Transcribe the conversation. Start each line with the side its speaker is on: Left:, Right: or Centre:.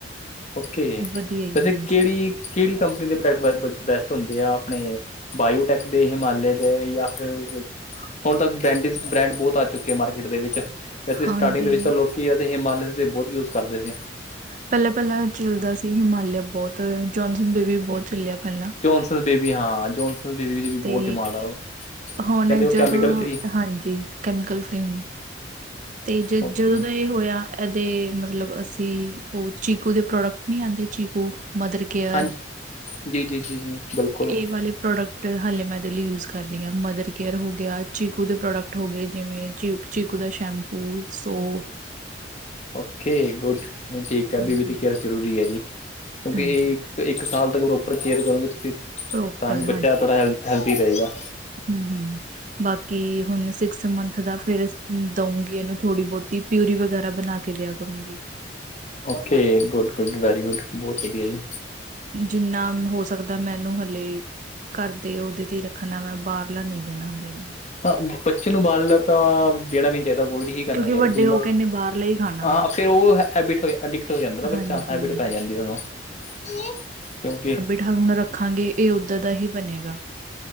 Left: ਓਕੇ
Right: ਵਧੀਆ ਹੀ
Left: ਵੈਸੇ
Right: ਹਾਂਜੀ
Left: ਕਿਹੜੀ ਕਿਹੜੀ ਕੰਪਨੀ ਦੇ ਪ੍ਰੋਡਕਟ ਬੈਸਟ ਹੁੰਦੇ ਆ ਆਪਣੇ ਬਾਇਓਟੈਕ ਦੇ ਹਿਮਾਲੇ ਦੇ ਜਾਂ ਫਿਰ ਹੁਣ ਤੱਕ ਬਰੈਂਦਿਜ ਚ ਬ੍ਰੈਂਡ ਬਹੁਤ ਆ ਚੁੱਕੇ ਹੈ ਮਾਰਕੀਟ ਦੇ ਵਿੱਚ ਵੈਸੇ
Right: ਹਾਂਜੀ
Left: ਸਟਾਰਟਿੰਗ ਦੇ ਵਿੱਚ ਤਾਂ ਲੋਕੀ ਹਿਮਾਲਯਾ ਦੇ ਬਹੁਤ ਯੂਜ ਕਰਦੇ ਨੇ
Right: ਪਹਿਲਾਂ ਪਹਿਲਾਂ ਚੱਲਦਾ ਸੀ ਹਿਮਾਲਿਆ ਬਹੁਤ ਜੋਨਸਨ ਬੇਬੀ ਵੀ ਬਹੁਤ ਚੱਲਿਆ ਪਹਿਲਾਂ
Left: ਜੋਨਸ ਬੇਬੀ ਹਾਂ ਜੋਨਸ ਬੇਬੀ ਦੀ ਵੀ ਬਹੁਤ
Right: ਤੇ
Left: ਡਿਮਾਂਡ ਆ ਉਹ
Right: ਹੁਣ
Left: ਕਹਿੰਦੇ ਉਹ
Right: ਜਦੋਂ
Left: ਕੈਮੀਕਲ ਫ੍ਰਰੀ
Right: ਹਾਂਜੀ ਕੈਮੀਕਲ ਫ੍ਰਰੀ ਤੇ ਜ
Left: ਓਕੇ
Right: ਜਦੋਂ ਦਾ ਇਹ ਹੋਇਆ ਇਹਦੇ ਮਤਲਬ ਅਸੀਂ ਉਹ ਚੀਕੂ ਦੇ ਪ੍ਰੋਡਕਟ ਨਹੀਂੀ ਆਉਂਦੇ ਚੀਕੂ ਮਦਰ ਕੇਅਰ
Left: ਹਾਂਜੀ ਜੀ ਜੀ ਜੀ ਜੀ ਬਿਲਕੁਲ
Right: ਇਹ ਵਾਲੇ ਪ੍ਰੋਡਕਟ ਹਾਲੇ ਮੈਂਦੇ ਲਈ ਯੂਜ ਕਰ ਧ ਮਦਰ ਕੇਅਰ ਹੋ ਗਿਆ ਚੀਕੂ ਦੇ ਪ੍ਰੋਡਕਟ ਹੋ ਗਏ ਜਿਵੇਂ ਚੀ ਚੀਕੂ ਦਾ ਸ਼ੈਂਪੂ ਸੋਪ ਹਮ
Left: ਓਕੇ ਗੁੱਡ ਨਹੀਂ ਠੀਕ ਆ
Right: ਹਾਂਜੀ
Left: ਬੀਬੀ ਦੀ ਕੀੱਲ ਜ਼ਰੂਰੀ ਹੈ ਜੀ ਕਿਉਂਕਿ
Right: ਹਾਂਜੀ
Left: ਇਹ ਇੱਕ ਸਾਲ ਤੱਕ ਪ੍ਰੋਪਰ ਕੇਅਰ ਕਰੋਗੇ ਤੁਸੀਂ
Right: ਪ੍ਰੋਪਰ
Left: ਤਾਂ ਹੀ ਬੱਚਾ ਥੋੜ੍ਹਾ ਹੈਲ ਹੈਲਦੀ ਰਹੇਗਾ
Right: ਹੂ ਹੂ ਬਾਕੀ ਹੁਣ ਸਿਕਸ ਮੰਥ ਦਾ ਫੇਿਰ ਦਊਂਗੀ ਇਹਨੂੰ ਥੋੜੀ ਬਹੁਤ ਦੀ ਪਿਊਰੀ ਵਗੈਰਾ ਬਣਾ ਕੇ ਦਿਆ ਕਰੂੰਗੀ
Left: okay good good very good ਬਹੁਤ ਵਧੀਆ ਜੀ
Right: ਜਿੰਨਾ ਹੋ ਸਕਦਾ ਮੈਨੂੰ ਹਲੇੇ ਘਰਦੇ ਉਹਦੇ ਤੇ ਹੀ ਰੱਖਣਾ ਮੈਂ ਬਾਹਰਲਾ ਨੀ ਦੇਣਾ ਹਾਲੇ ਇਹ ਨੂੰ
Left: ਹ ਬੱਚੇ ਨੂੰ ਬਾਲ ਤਾਂ ਦੇਣਾ ਵੀ ਨਹੀਂ ਚਾ ਅਵੋਇਡ ਹੀ ਕਰਨਾ
Right: ਕਿਉਂਕਿ
Left: ਚਾਹੀਦਾ
Right: ਵੱਡੇ
Left: ਤੁਸੀ
Right: ਹੋ ਕੇ ਇਹਨੇ ਬਾਹਰਲਾ ਹੀ ਖਾਣਾ
Left: ਹਾਂ
Right: ਵਾ
Left: ਫੇਰ ਉਹ ਹੈਬਿਟ ਹੋ ਅਡਿਕਟ ਹੋ ਜਾਂਦਾ ਨਾ ਬੱਚਾ
Right: ਹਾਂਜੀ
Left: ਹੈਬਿਟ ਪੈ ਜਾਂਦੀ ਓਨੂੰ ਕਿਉਂਕਿ
Right: ਢੱਕਾ ਹੁਣ ਰੱਖਾਂਗੇ, ਇਹ ਓਦਾਂ ਦਾ ਹੀ ਬਣੇਗਾ।